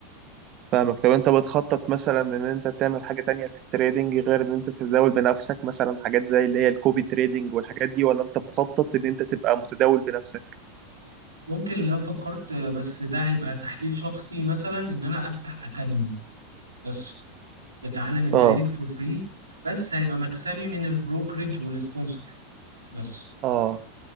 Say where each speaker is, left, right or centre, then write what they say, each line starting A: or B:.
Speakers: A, on the right (about 40°); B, on the right (about 80°).
A: فاهمك طب انت بتخطط مثلا ان انت تعمل حاجة تانية في التريدنج غير ان انت تتداول بنفسك مثلا حاجات زي اللي هي الكوبي تريدنج والحاجات دي ولا انت مخطط ان انت تبقى متداول بنفسك
B: ممكن لو فكرت بس ده هيبقى تحليل شخصي مثلا إن أنا أفتح أكاديمي بس بتعلم التريدينج
A: اه
B: فور فري بس هيبقى مكسبي من البروكريج والسبونسر بس
A: اه